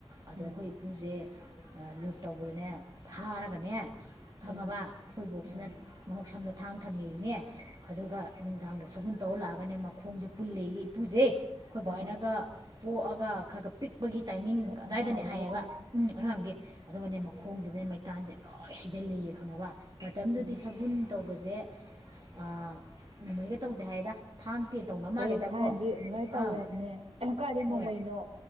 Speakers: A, on the right (about 40°); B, on the right (about 75°).
A: ꯑꯗꯥ
B: ꯎꯝ
A: ꯑꯈꯣꯏ ꯏꯄꯨꯖꯦ ꯂꯨꯠ ꯇꯧꯕꯗꯅꯦ ꯐꯥꯔꯒꯅꯦ꯫ ꯈꯪꯉꯕ
B: ꯎꯝ
A: ꯑꯈꯣꯏ ꯕꯣꯛꯁꯤꯅ
B: ꯎꯝ
A: ꯃꯉꯛꯁꯝꯗ ꯊꯥꯡ ꯊꯝꯃꯦꯏꯅꯦ ꯑꯗꯨꯒ ꯅꯨꯡꯗꯥꯥꯡꯗ ꯁꯒꯨꯟ ꯇꯧꯔ ꯂꯥꯛꯑꯒꯅꯦ ꯃꯈꯣꯡꯖꯦ ꯄꯨꯜꯂꯦꯌꯦ ꯏꯄꯨꯁꯦ ꯑꯩꯈꯣꯏ
B: ꯑꯥ
A: ꯕꯥꯏꯍꯣꯢꯅꯒ꯫꯫ ꯄꯣꯛꯑꯒ ꯈꯔ ꯈꯔ ꯄꯤꯛꯄꯒꯤ ꯇꯥꯏꯃꯤꯡ
B: ꯍꯣꯏ
A: ꯀꯗꯥꯏꯗꯅꯦ
B: ꯑꯉꯥꯡ ꯑꯣꯏꯔꯤꯉꯩꯗ
A: ꯍꯥꯏꯌꯦꯕ ꯎꯝ ꯑꯉꯥꯡꯒꯤ꯫ ꯑꯗꯨꯒꯅꯦ ꯃꯈꯣꯡꯖꯤꯗꯅꯦ ꯃꯩꯇꯥꯟꯁꯦ ꯂꯣꯏ ꯍꯩꯖꯤꯜꯂꯦꯌꯦ ꯈꯪꯉꯕ ꯃꯇꯝꯗꯨꯗꯤ
B: ꯎꯝ
A: ꯁꯒꯨꯟ ꯇꯧꯕꯖꯦ ꯑ ꯅꯣꯡꯃꯩꯒ ꯇꯧꯗꯦ ꯍꯥꯏꯗ꯫ ꯊꯥꯡ ꯇꯦꯟ ꯇꯧꯅ ꯃꯥꯜꯂꯦꯗꯀꯣ
B: ꯍꯣꯏ ꯊꯥꯏꯅꯗꯤ ꯑꯗꯨꯃꯥꯏꯟ
A: ꯑꯥ
B: ꯇꯧꯋꯦ ꯍꯥꯏꯕꯅꯦ ꯀꯥꯏꯗꯩ
A: ꯍꯣꯏ
B: ꯅꯣꯡꯃꯩꯅꯣ꯫